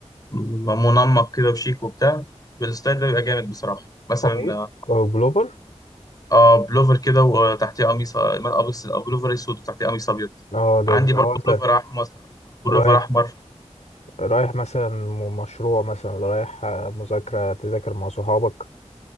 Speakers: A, on the left; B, on the left.
A: م- منمق كده وشيك وبتاع بالستايل ده بيبقى جامد بصراحه مثلا
B: قميص او بلوفر
A: اه بلوفر كده وتحتيه قميص قميص بلوفر اسود وتحتيه قميص ابيض
B: اه ده
A: عندي
B: ده
A: برضه
B: هو انت
A: بلوفر احمر بلوفر
B: رايح
A: احمر
B: رايح مثلا م- مشروع مثلا ولا رايح آه، مذاكرة تذاكر مع صحابك